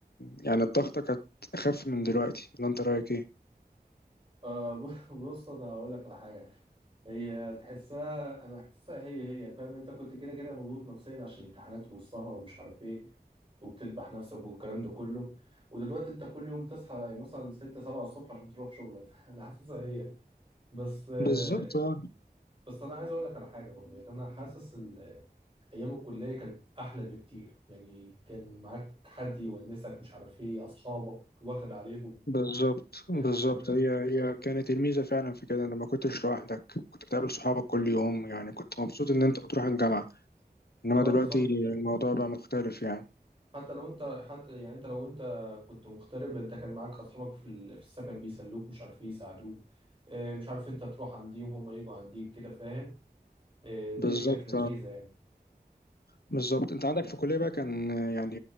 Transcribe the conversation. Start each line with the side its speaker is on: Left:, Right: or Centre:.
Left: يعني الضغطه كانت اخف من دلوقتي ولا انت رايك ايه
Right: آه ب- <laughs> بص انا هقول لك على حاجه هي تحسها انا احسها هي هي فاهم انت كنت كده كده مضغوط نفسيا عشان الامتحانات والسهر ومش عارف ايه وبتذبح نفسك والكلام ده كله ودلوقتي انت كل يوم تصحى مثلا 6 7 الصبح عشان تروح شغلك <laughs> انا حاسسها هي بس آه،
Left: بالظبط اه
Right: بس انا عايز اقول لك على حاجه برضه يعني انا حاسس ايام الكليه كانت احلى بكتير يعني كان معاك حد يونسك مش عارف ايه اصحابك واخد عليهم
Left: بالظبط بالظبط
Right: آه، كمان
Left: هي هي كانت الميزه فعلا في كده ان ما كنتش لوحدك كنت بتقابل صحابك كل يوم يعني كنت مبسوط ان انت بتروح الجامعه انما
Right: اه
Left: دلوقتي
Right: بالظبط
Left: الموضوع بقى مختلف يعني
Right: حتى لو انت حتى يعني انت لو انت كنت مغترب انت كان معاك اصحابك في ال- في السكن بيسلوك مش عارف ايه يساعدوك آه، مش عارف انت تروح عنديهم هم يجوا عنديك كده فاهم آه، الدنيا
Left: بالظبط
Right: كانت لذيذه يعني
Left: بالظبط انت عندك في الكلية بقى كان يعني